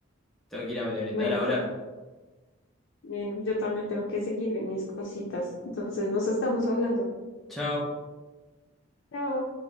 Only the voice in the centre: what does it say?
Tengo que ir a merendar
ahora.
Chao.